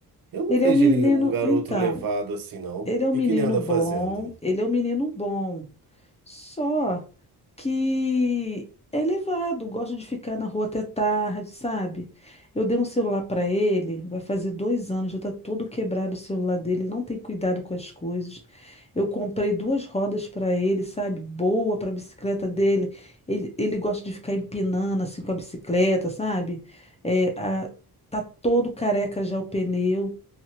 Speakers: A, on the right (about 60°); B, on the left (about 15°).
A: Eu não
B: ele
A: vejo
B: é um menino.
A: ele um garoto
B: Então,
A: levado assim, não.
B: ele
A: O
B: é um
A: que
B: menino
A: que ele anda
B: bom.
A: fazendo?
B: Ele é um menino bom. Só que é levado, gosta de ficar na rua até tarde, sabe? Eu dei um celular para ele, vai fazer dois anos, já tá todo quebrado o celular dele, ele não tem cuidado com as coisas. Eu comprei duas rodas para ele, sabe? Boa para bicicleta dele. Ele, ele gosta de ficar empinando assim com a bicicleta, sabe? É, a- tá todo careca já o pneu.